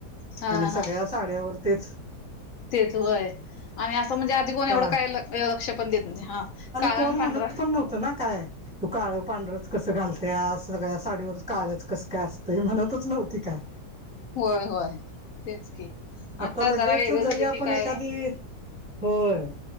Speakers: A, on the left; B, in the centre.
A: हा
B: आणि
A: हा
B: सगळ्या साड्यावर तेच
A: तेच व्हयं आणि असं म्हणजे आधी कोण
B: काळ
A: एवढं काय लक्ष पण देत नाही हां काळा
B: कोण
A: आणि पांढरा
B: म्हणत पण नव्हतं ना काय. तू काळं पांढरंच कसं घालत्या सगळ्या साडीवर काळ्याच कसं काय असतंय म्हणतच नव्हती काय.
A: होय होय तेच की.
B: आता लगेच
A: जरा वेगळं
B: जरी
A: झालं
B: आपण
A: की काय
B: एखादी होय.